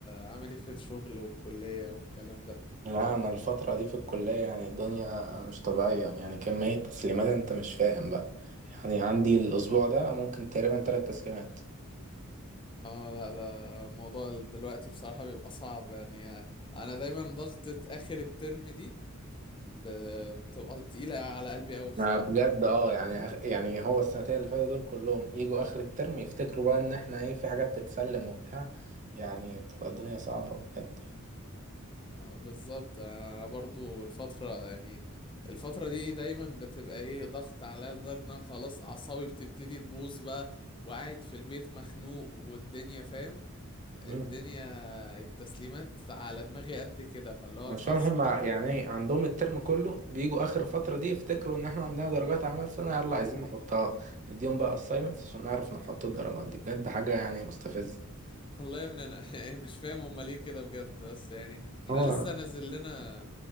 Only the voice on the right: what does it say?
لا أنا الفترة دي في الكلية يعني الدنيا مش طبيعية يعني كمية تسليمات أنت مش فاهم بقى يعني عندي الأسبوع ده ممكن تقريبا تلات تسليمات
ما بجد اه يعني أخ... يعني هو السنتين اللي فاتوا دول كلهم يجوا آخر الترم يفتكروا بقى إن احنا ايه في حاجات تتسلم وبتاع يعني بتبقى الدنيا صعبة بجد يعني
مم.
عشان
هما يعني عندهم الترم كله بيجوا اخر الفتره دي يفتكروا ان احنا عندنا درجات اعمال سنه يلا عايزين نحطها نديهم بقى assignments عشان نعرف نحط الدرجات دي بجد حاجه يعني مستفزه
هو